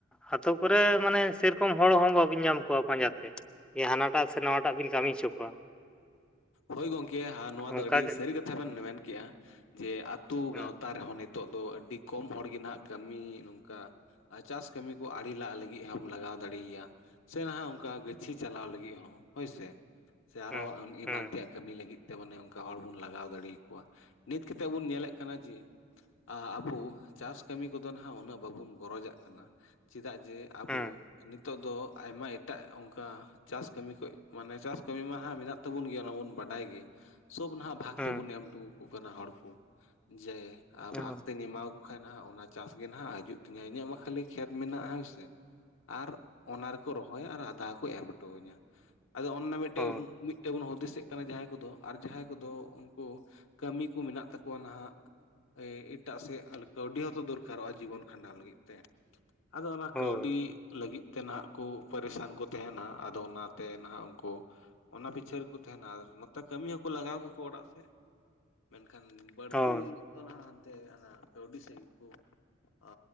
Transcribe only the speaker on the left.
ᱦᱳᱭ ᱜᱚᱢᱠᱮ ᱟᱨ ᱱᱚᱣᱟ
ᱫᱚ ᱟᱹᱰᱤ ᱥᱟᱹᱨᱤ ᱠᱟᱛᱷᱟ ᱵᱮᱱ ᱢᱮᱱ ᱠᱮᱜᱼᱟ ᱡᱮ ᱟᱛᱼᱼ ᱟᱹᱛᱩ
ᱜᱟᱶᱛᱟ ᱨᱮᱦᱚᱸ ᱱᱤᱛᱚᱜ ᱫᱚ ᱟᱹᱰᱤ ᱠᱚᱢ ᱦᱚᱲ ᱜᱮ ᱱᱟᱜᱷ ᱠᱟᱹᱢᱤ ᱱᱚᱝᱠᱟᱼᱼ ᱪᱟᱥ ᱠᱟᱹᱢᱤ ᱠᱚ ᱟᱲᱮ ᱞᱟᱜ ᱞᱟᱹᱜᱤᱫ ᱦᱚᱸᱢ ᱞᱟᱜᱟᱣ ᱫᱟᱲᱮ ᱭᱟᱭᱟ᱾ ᱥᱮ ᱱᱟᱦᱟᱜ ᱚᱱᱠᱟ ᱜᱟᱹᱪᱷᱤ ᱪᱟᱞᱟᱣ ᱞᱟᱹᱜᱤᱫ ᱦᱚᱸ ᱦᱳᱭ ᱥᱮ ᱥᱮ ᱟᱨᱦᱚᱸ
ᱮᱢᱟᱱ
ᱛᱮᱭᱟᱜ ᱠᱟᱹᱢᱤ ᱞᱟᱹᱜᱤᱫ ᱛᱮ ᱢᱟᱱᱮ ᱚᱱᱠᱟ ᱦᱚᱲ ᱵᱚᱱ ᱞᱟᱜᱟᱣ ᱫᱟᱲᱮ ᱟᱠᱚᱣᱟ ᱱᱤᱛ ᱠᱟᱛᱮᱜ ᱵᱚᱱ ᱧᱮᱞᱮᱛ ᱠᱟᱱᱟ ᱡᱮ ᱟᱵᱚ ᱪᱟᱥ ᱠᱟᱹᱢᱤ ᱠᱚᱫᱚ ᱱᱟᱜᱷ ᱩᱱᱟᱹᱜ ᱵᱟᱵᱚᱱ ᱜᱚᱨᱚ ᱡᱟᱜ ᱠᱟᱱᱟ᱾ ᱪᱮᱫᱟᱜ ᱡᱮ ᱟᱵᱚ᱾
ᱱᱤᱛᱚᱜ ᱫᱚ ᱟᱭᱢᱟ ᱮᱴᱟᱜ ᱚᱱᱠᱟ ᱪᱟᱥ ᱠᱟᱹᱢᱤ ᱠᱚ ᱢᱟᱱᱮ ᱪᱟᱥ ᱠᱟᱹᱢᱤ ᱢᱟ ᱦᱟᱸᱜ ᱢᱮᱱᱟᱜᱼᱼ ᱛᱟᱵᱚᱱ ᱜᱮᱭᱟ ᱚᱱᱟ ᱢᱟᱵᱚᱱ ᱵᱟᱰᱟᱭ ᱜᱮ ᱥᱚᱵᱽ ᱱᱟᱜᱷ ᱵᱷᱟᱜ
ᱛᱮᱵᱩᱱ ᱮᱢᱴᱩ ᱟᱠ ᱠᱟᱱᱟ ᱦᱚᱲ ᱠᱚ ᱡᱮ
ᱵᱷᱟᱜᱽ ᱛᱮᱧ ᱮᱢᱟ ᱵᱟ ᱠᱷᱟᱱ ᱚᱱᱟ ᱪᱟᱥ ᱜᱮ ᱱᱟᱜᱷ ᱦᱤᱡᱩᱜ ᱛᱤᱧᱟᱹ ᱤᱧᱟᱹᱜ ᱢᱟ ᱠᱷᱟᱹᱞᱤ ᱠᱷᱮᱛ ᱢᱮᱱᱟᱜᱼᱟ ᱦᱳᱭᱥᱮ ᱟᱨ ᱚᱱᱟ ᱨᱮᱠᱚ ᱨᱚᱦᱚᱭᱟ ᱟᱨ ᱟᱫᱷᱟ ᱠᱚ ᱮᱢ ᱦᱚᱴᱚᱣ ᱟᱹᱧᱟ ᱟᱫᱚ ᱚᱱᱱᱟ ᱢᱤᱫ
ᱴᱮᱱ ᱢᱤᱫ ᱵᱚᱱ ᱦᱩᱫᱤᱥ ᱮᱜ ᱠᱟᱱᱟ ᱡᱟᱦᱟᱸᱭ ᱠᱚᱫᱚ ᱟᱨ ᱡᱟᱦᱟᱸᱭ ᱠᱚᱫᱚ ᱩᱱᱠᱩ ᱠᱟᱹᱢᱤ ᱠᱚ ᱢᱮᱱᱟᱜ ᱛᱟᱠᱚᱣᱟ ᱦᱟᱸᱜ᱾ ᱮ ᱮᱴᱟᱜ ᱥᱮᱫ ᱠᱟᱹᱣᱰᱤ ᱦᱚᱸᱛᱚ ᱫᱚᱨᱠᱟᱨᱚᱜᱼᱟ ᱡᱤᱵᱚᱱ ᱠᱷᱟᱸᱰᱟᱣ ᱞᱟᱹᱜᱤᱫ ᱛᱮ᱾ ᱟᱫᱚ ᱚᱱᱟ
ᱠᱟᱹᱣᱰᱤ ᱞᱟᱹᱜᱤᱫ ᱛᱮ ᱱᱟᱦᱟᱜ ᱠᱚ ᱯᱟᱨᱤᱥᱟᱱ ᱠᱚ ᱛᱟᱸᱦᱮᱱᱟ ᱟᱫᱚ ᱚᱱᱟᱛᱮ ᱱᱟᱦᱟᱜ ᱩᱱᱠᱩ ᱚᱱᱟᱵᱤᱪ <unintelligible> ᱨᱮᱠᱚ ᱛᱟᱸᱦᱮᱱᱟ ᱟᱨ ᱱᱚᱛᱮ ᱠᱟᱹᱢᱤ ᱦᱚᱸᱠᱚ ᱞᱟᱜᱟᱣ ᱠᱟᱠᱚᱣᱟ ᱚᱲᱟᱜ ᱥᱮᱫ ᱢᱮᱱᱠᱷᱟᱱ ᱵᱟᱹᱲᱛᱤᱼᱼ
ᱛᱚ ᱱᱟᱜᱷ ᱦᱟᱱᱛᱮ ᱚᱱᱟ ᱠᱟᱹᱣᱰᱤ ᱥᱮᱫ ᱜᱮᱠᱚ ᱚ